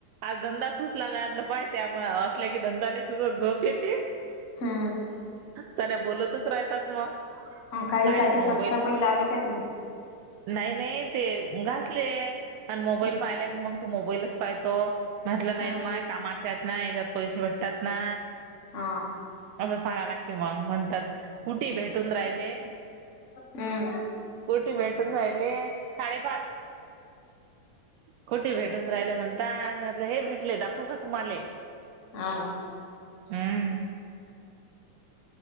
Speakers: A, on the right (about 85°); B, on the left (about 80°).
A: आज धंदा सुचला नाही <unintelligible> प त्यामुळ असल्या की धंदा नाही सुचत झोप येते
B: हम्म
A: चले बोलतच रायतात मग
B: अ खाडी
A: काय
B: साठी
A: तर मोबाईल
B: साफसफई लावली का तुम्ही?
A: नाही नाही ते घासले आणि मोबाईल
B: हम्म
A: पाहिला की मग तू मोबाईलच पायतो म्हटलं, नाही
B: हम्म
A: ना माय? कामाच्यायात ना? याच्यात पैसे भेटतात ना?
B: हा
A: असं सांगा लागते मग. म्हणतात, कुठे भेटून राहिले?
B: हम. <inaudible>
A: कुटी भेटून राहिले साडेपाच. कोटे, भेटून राहिले म्हणतात? म्हटलं, हे भेटले. दाखवू का तुम्हाले?
B: हाव
A: हम्म.